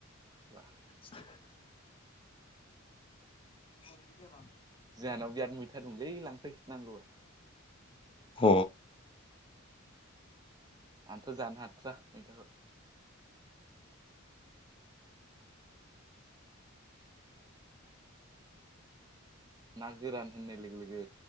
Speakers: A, on the right; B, on the left.
A: बा।
B: <inaudible> <inaudible>
A: जोंहानाव बिराद मैथा दंलै लांफै नांगौबा।
B: ह।
A: आंथ जानो हाथ्रा मैथाखौ। ना गोरान होननाय लोगो लोगो